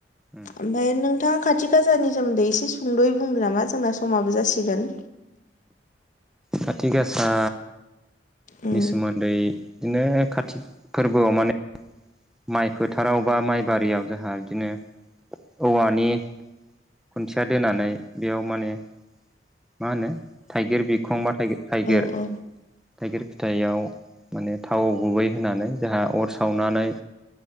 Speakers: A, in the centre; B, on the left.
A: उम
B: ओमफ्राय नोंथांङा खाथि खालाानि सोमोनदै एसे सुंद'यै बुंदों नामा जोंना समाबो जासिगोन
A: खातिग गासा
B: उम
A: नि सोमोन्दै बिदिनो कातिक फोरबोआव माने माइ फोथाराव बा माइ बारियाव जोंहा बिदिनो औवानि खुनथिया दोनानै बेयाव माने मा होनो थाइगिर बिखं बा थाइ थाइगिर
B: औ औ
A: थाइगिर फिथाइयाव माने थाव गुबै होनानै जाहा अर सावनानै